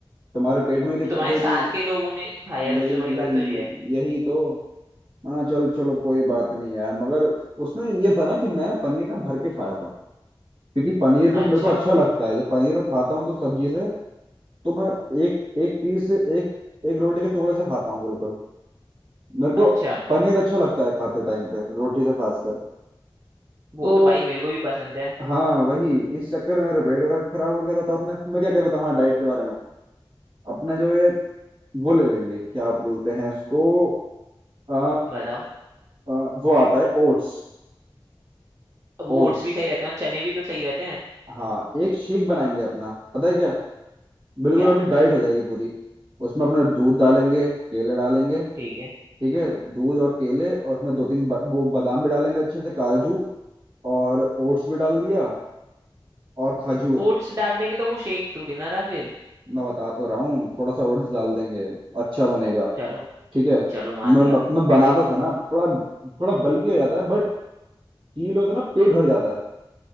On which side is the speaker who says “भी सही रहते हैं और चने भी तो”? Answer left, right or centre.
Right